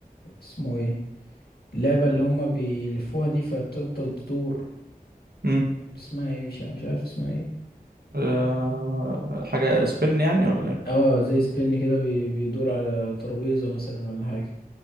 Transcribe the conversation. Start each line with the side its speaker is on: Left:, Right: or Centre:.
Left: اسمه ايه اللعبة اللي هما بيلفوها دي فبتفضل تدور
Right: امم
Left: اسمها ايه مش ع- مش عارف اسمها ايه
Right: آه حاجة سبين يعني ولا ايه
Left: اه زي سبين كده بي- بيدور على ترابيزة مثلا ولا حاجة